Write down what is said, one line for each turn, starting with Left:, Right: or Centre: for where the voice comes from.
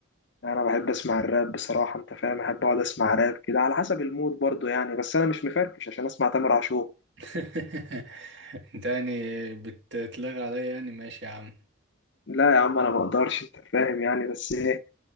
Left: انا بحب اسمع الراب بصراحه انت فاهم احب اقعد اسمع راب كده على حسب المود برضو يعني بس انا مش مفركش عشان اسمع تامر عاشور
Right: <laughs> انت يعني بتتلغى عليا يعني ماشي يا عم
Left: لا يا عم انا ما اقدرش انت فاهم يعني بس ايه